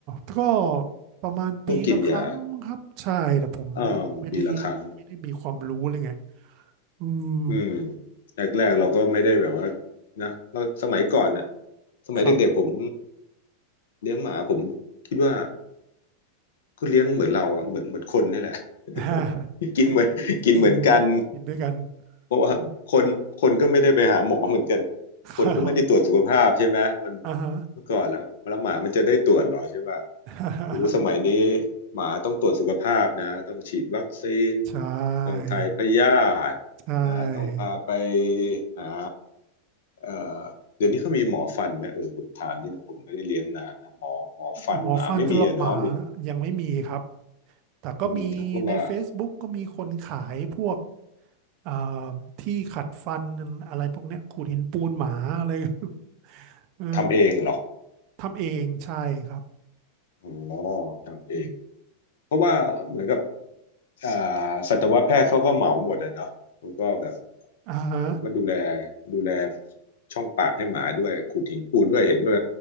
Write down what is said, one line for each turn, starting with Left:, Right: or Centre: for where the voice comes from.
Right: ก็ประมาณปีละครั้งมั้งครับใช่แต่ผมผมไม่ได้
Left: ต้องกินยา เออปีละครั้ง
Right: ไม่ได้มีความรู้เลยไงอืม
Left: อืมแรกๆเราก็ไม่ได้แบบว่านะเราสมัยก่อนเนี่ยสมัยเด็กๆผม
Right: ครับ
Left: เลี้ยงหมาผมคิดว่า ก็เลี้ยงเหมือนเราอะเหมือนเหมือนคนนี่แหละ <laughs>
Right: <laughs>
Left: กินเหมือนกินเหมือนกัน
Right: กินกินด้วยกัน
Left: เพราะว่าคนคนก็ไม่ได้ไปหาหมอเหมือนกัน
Right: อืมครับ
Left: คนก็ไม่ได้ตรวจสุขภาพใช่ไหมมัน
Right: อ่าฮะ
Left: เมื่อก่อนแล้วแล้วหมามันจะได้ตรวจเหรอใช่ป่ะ
Right: <laughs>
Left: โอ้สมัยนี้หมาต้องตรวจสุขภาพนะต้องฉีดวัคซีน
Right: ใช่
Left: ต้องถ่ายพยาธินะต้องพาไป
Right: ใช่
Left: หาเอ่อเดี๋ยวนี้เขามีหมอฟันไหมเออผมถามนิดหนึ่งผมไม่ได้เลี้ยงนานนะหมอหมอฟันหมาไม่มีอะเนาะ
Right: หมอฟันสำหรับหมานะยังไม่มีครับแต่ก็มีใน
Left: อืมเขาก็ว่า
Right: Facebook ก็มีคนขายพวกอ่าที่ขัดฟันอะไรพวกเนี้ยขูดหินปูนหมาอะไร <laughs> เออ
Left: ทำเองเหรอ
Right: ทำเองใช่ครับ
Left: อ๋อทำเอง
Right: อม
Left: เพราะว่าเหมือนกับอ่าสัตวแพทย์เขาก็เหมาหมดอะเนาะเขาก็แบบ
Right: อ่าฮะ
Left: เขาก็ดูแลดูแลช่องปากให้หมาด้วยขูดหินปูนด้วยเห็นว่า